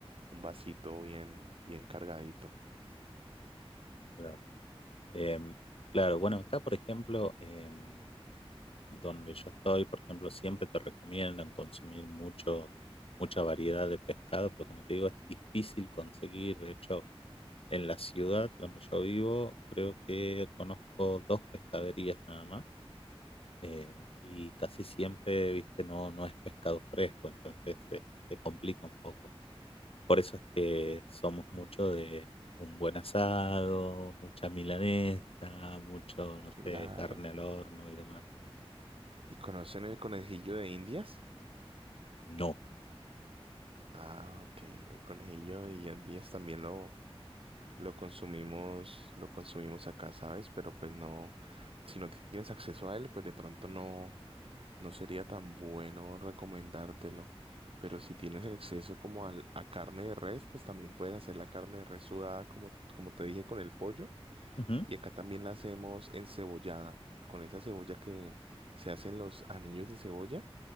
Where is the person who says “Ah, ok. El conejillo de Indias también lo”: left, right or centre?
Right